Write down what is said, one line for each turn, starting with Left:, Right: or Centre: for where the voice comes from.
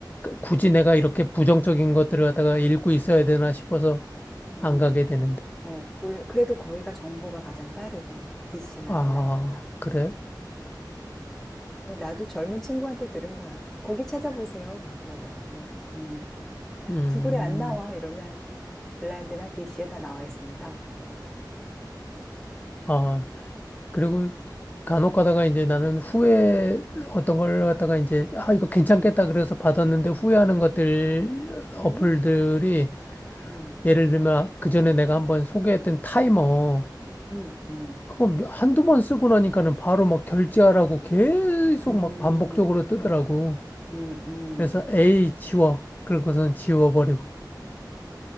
Left: 굳이 내가 이렇게 부정적인 것들을 갖다가 읽고 있어야 되나 싶어서
Centre: 음,
Left: 안 가게 되는데.
Centre: 어, 올- 그래도 거기가 정보가 가장 빠르대. DC나
Left: 아,
Centre: 블라인드가.
Left: 그래?
Centre: 어, 나도 젊은 친구한테 들은 거야. 거기 찾아보세요. 막 그러더라고. 음.
Left: 음,
Centre: 구글에 안 나와 이러면 블라인드나 DC에 다 나와 있습니다. 그러더라고요.
Left: 아, 그리고 간혹 가다가 이제 나는 후회 어떤 걸 갖다가 이제, 아, 이거 괜찮겠다 그래서 받았는데 후회하는 것들,
Centre: 음,
Left: 어플들이
Centre: 음,
Left: 예를 들면 그전에 내가 한번 소개했던 타이머
Centre: 음, 음,
Left: 그거 몇- 한두 번 쓰고 나니까는 바로 막 결제하라고 계속
Centre: 음,
Left: 막 반복적으로 뜨더라고.
Centre: 음, 음.
Left: 그래서 에이 지워. 그러고선 지워버리고.